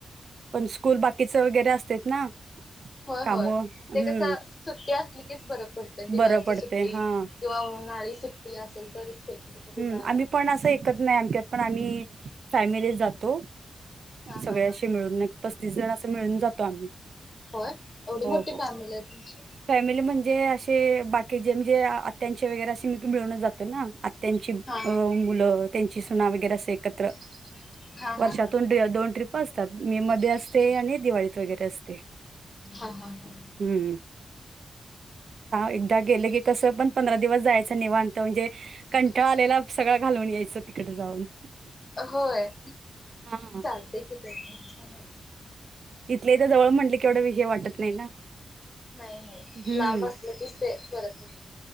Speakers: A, on the right; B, on the left.
A: पण स्कूल बाकीचं वगैरे असतेत ना
B: होय
A: कामं.
B: होय
A: हम्म.
B: ते कसं सुट्टी असली कीच बरं पडतंय दिवाळी
A: बरं पडते.
B: सुट्टी
A: हां.
B: किंवा उन्हाळी सुट्टी असेल तरच ते कुठेतरी
A: हम्म
B: जायला
A: आम्ही पण असं एकत नाही आमच्यात पण आम्ही फॅमिलीच जातो
B: हा हा
A: सगळ्याशी
B: हा
A: मिळून पस्तीस जण असं मिळून जातो आम्ही
B: होय एवढी
A: हो
B: मोठी
A: हो.
B: फॅमिलीये तुमची
A: फॅमिली म्हणजे असे बाकी जे म्हणजे आ-आत्यांचे वगैरे असे म- मिळून जातो ना त्यांची
B: हा
A: अ.. मुलं त्यांची सुना वगैरे असे एकत्र
B: हा हा हा
A: वर्षातून
B: हा
A: <unintelligible> दोन ट्रिप असतात मे मध्ये असते आणि दिवाळीत वगैरे असते <unintelligible>
B: हा हा हा
A: हम्म एकदा गेलं की कसं पण पंधरा दिवस जायचं निवांत म्हणजे कंटाळा आलेला सगळा घालवून यायचं तिकडं जाऊन
B: होय
A: हा
B: चालते की ते छान
A: इथले इथं जवळ म्हटलं की एवढं विषय वाटत नाही ना
B: नाही नाही
A: हम्म
B: लांब असलं कीच ते बरं पडतं